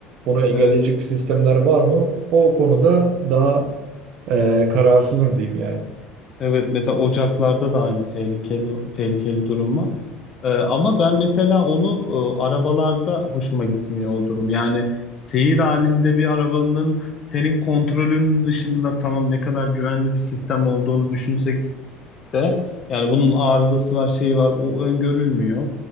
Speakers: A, on the right; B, on the left.
A: Bunu engelleyecek
B: evet.
A: sistemler var mı? O konuda daha e, kararsızım diyeyim yani.
B: Evet mesela ocaklarda da aynı tehlikeli tehlikeli durum var. Ee, ama ben mesela onu e, arabalarda hoşuma gitmiyor o durum. Yani seyir halinde bir arabanın senin kontrolün dışında tamam ne kadar güvenli bir sistem olduğunu düşünsek de yani bunun arızası var, şeyi var, o öngörülmüyor.